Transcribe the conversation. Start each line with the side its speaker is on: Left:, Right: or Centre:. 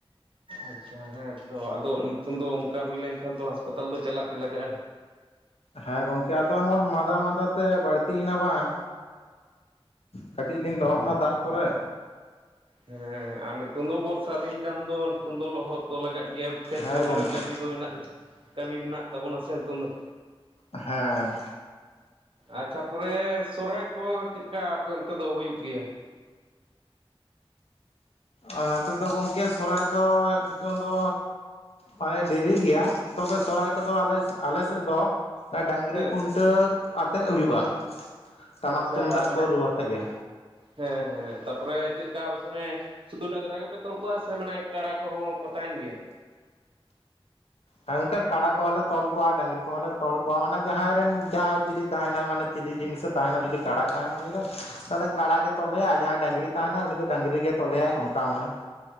Right: ᱟᱪᱪᱷᱟ ᱦᱮᱸ ᱛᱚ ᱟᱫᱚ ᱱᱤᱛᱚᱝ ᱫᱚ ᱚᱱᱠᱟ ᱦᱩᱭ ᱞᱮᱱᱠᱷᱟᱱ ᱛᱚ ᱦᱟᱸᱥᱯᱟᱛᱟᱞ ᱫᱚ ᱪᱟᱞᱟᱜ ᱜᱮ ᱞᱟᱜᱟᱜ-ᱟ᱾
Left: ᱦᱮᱸ ᱜᱚᱝᱠᱮ ᱟᱫᱚ ᱮᱢᱚᱱ ᱢᱟᱸᱫᱟ ᱢᱟᱸᱫᱟ ᱛᱮ ᱵᱟᱹᱲᱛᱤᱭᱮᱱᱟ ᱵᱟᱝ ᱠᱟᱹᱴᱤᱡ ᱞᱤᱧ ᱞᱚᱦᱚᱫᱱᱟ ᱫᱟᱜ ᱠᱚᱨᱮ
Right: ᱦᱮᱸ ᱟᱨ ᱱᱤᱛᱳᱝ ᱫᱚ ᱵᱚᱨᱥᱟ ᱫᱤᱱ ᱠᱟᱱ ᱫᱚ ᱱᱤᱛᱳᱝ ᱫᱚ ᱞᱚᱦᱚᱫ ᱫᱚ ᱞᱟᱜᱟᱜ ᱜᱮᱭᱟ᱾ ᱠᱷᱮᱛ
Left: ᱦᱮᱸ
Right: ᱵᱟᱹᱫᱽ
Left: ᱜᱚᱝᱠᱮ
Right: ᱨᱮ ᱠᱟᱹᱢᱤ ᱫᱚ ᱢᱮᱱᱟᱜ ᱜᱮᱛ ᱠᱟᱹᱢᱤ ᱢᱮᱱᱟᱜ ᱛᱟᱵᱚᱱᱟ ᱥᱮ ᱱᱤᱛᱳᱝ ᱫᱚ᱾
Left: ᱦᱮᱸ
Right: ᱟᱪᱪᱷᱟ ᱯᱚᱨᱮ ᱥᱚᱨᱟᱭ ᱠᱚ ᱪᱮᱫ ᱞᱮᱠᱟ ᱟᱯᱮ ᱚᱱᱛᱮ ᱫᱚ ᱦᱩᱭᱩᱜ ᱜᱮᱭᱟ?
Left: ᱟᱨ ᱱᱚᱛᱮ ᱫᱚ ᱜᱚᱝᱠᱮ ᱥᱚᱦᱨᱟᱭ ᱫᱚ ᱱᱤᱛᱚᱝ ᱫᱚ ᱢᱟᱱᱮ ᱰᱤᱨᱤ ᱜᱮᱭᱟ ᱛᱚᱵᱮ ᱥᱚᱨᱦᱟᱭ ᱠᱚᱫᱚ ᱟᱞᱮ ᱥᱮᱫ ᱫᱚ ᱰᱟᱝᱨᱤ
Right: ᱦᱮᱸ
Left: ᱠᱷᱩᱱ ᱴᱟᱹᱣ ᱟᱛᱮᱫ ᱦᱩᱭᱩᱜ-ᱟ
Right: ᱟᱪᱪᱷᱟ
Left: ᱴᱟᱢᱟᱠ ᱛᱩᱢᱫᱟᱜ
Right: ᱢᱟᱱᱮ
Left: ᱠᱚ ᱨᱩ ᱟᱛᱮ ᱜᱮ᱾
Right: ᱦᱮᱸ ᱦᱮᱸ ᱛᱟᱯᱚᱨᱮ ᱪᱮᱫ ᱞᱮᱠᱟ ᱢᱮᱥᱚᱱᱮ ᱥᱩᱫᱩ ᱰᱟᱝᱨᱟ ᱜᱮᱯᱮ ᱛᱚᱞ ᱠᱚᱣᱟ ᱥᱮ ᱢᱟᱱᱮ ᱠᱟᱲᱟ ᱠᱚᱦᱚᱸ ᱠᱚ ᱛᱟᱦᱮᱸᱱ ᱜᱮᱭᱟ?
Left: ᱦᱟᱝ ᱠᱮ ᱠᱟᱲᱟ ᱠᱚᱦᱚᱸ ᱞᱮ ᱛᱚᱞ ᱠᱚᱣᱟ ᱰᱟᱹᱟᱝᱨᱤ ᱠᱚᱦᱚᱸ ᱞᱮ ᱛᱚᱞ ᱠᱚᱣᱟ ᱢᱟᱱᱮ ᱡᱟᱦᱟᱸᱭ ᱨᱮᱱ ᱡᱟᱦᱟᱸᱭ ᱪᱤᱞᱤ ᱛᱟᱦᱮᱸᱱᱟᱭ ᱢᱟᱱᱮ ᱪᱤᱞᱤ ᱡᱤᱱᱤᱥᱮ ᱛᱟᱦᱮᱸᱱᱟ ᱡᱩᱫᱤ ᱠᱟᱲᱟᱭ ᱛᱟᱦᱮᱱᱟ ᱩᱱᱤ ᱨᱮᱱ ᱛᱟᱦᱚᱞᱮ ᱠᱟᱲᱟ ᱜᱮ ᱛᱚᱞᱮᱭᱟ ᱟᱨ ᱡᱟᱦᱟᱸᱭ ᱰᱟᱹᱝᱨᱤ ᱛᱟᱦᱮᱸᱱᱟᱭ ᱩᱱᱤ ᱫᱚ ᱰᱟᱹᱝᱨᱤ ᱜᱮᱭ ᱛᱚᱞᱮᱭᱟᱭ ᱚᱱᱠᱟ ᱢᱟᱱᱮ ᱾